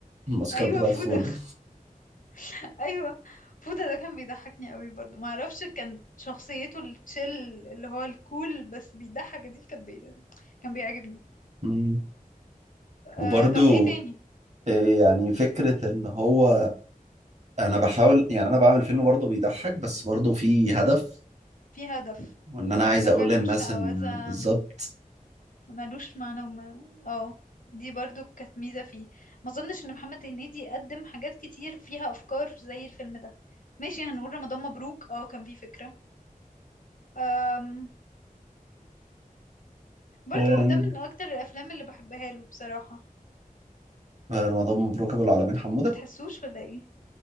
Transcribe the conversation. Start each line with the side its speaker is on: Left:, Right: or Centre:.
Right: الماسكات
Left: ايوه
Right: بتاعت
Left: فودة
Right: فودة
Left: <laughs> ايوه فودة ده كان بيضحكني قوي برضو ما اعرفش كان شخصيته التشيل اللي هو الكول بس بيضحك دي كان بي... كان بيعجبني
Right: امم
Left: أه
Right: وبرضو
Left: طب ايه تاني
Right: إيه يعني فكرة اللي هو انا بحاول يعني انا بعمل فيلم برضه بيضحك بس برضه في هدف
Left: في هدف
Right: وان انا
Left: من
Right: عايز
Left: الدجل
Right: اقول للناس
Left: والشعوذة
Right: ان بالظبط
Left: ملوش معنى وما اه دي برضو كانت ميزة فيه ما اظنش ان محمد هنيدي قدم حاجات كتير فيها افكار زي الفيلم ده ماشي هنقول رمضان مبروك اه كان فيه فكرة أم... برضو
Right: آم،
Left: ده من اكتر الافلام اللي بحبها له بصراحة
Right: رمضان مبروك ابو العالمين حمودة
Left: بتحسوش ولا ايه